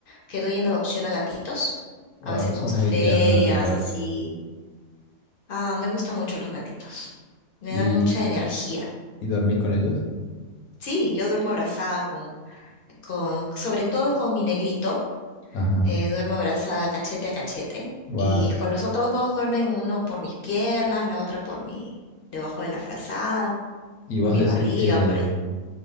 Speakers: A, on the left; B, on the left.
A: que doy en adopción a gatitos.
B: wow,
A: A veces
B: eso
A: vamos
B: es muy
A: a ferias,
B: tierno de tu parte.
A: así. Ah, me gustan mucho los gatitos, me
B: ¿Y,
A: dan mucha energía.
B: y dormís con ellos?
A: Sí, yo duermo abrazada con, con, sobre todo con mi negrito.
B: Ajá,
A: eh, duermo abrazada cachete a cachete.
B: wow.
A: Y con los otros dos duermen uno por mis piernas, la otra por mi, debajo de la frazada,
B: ¿Y vos
A: por mi
B: decís
A: barriga,
B: que,
A: por ahí.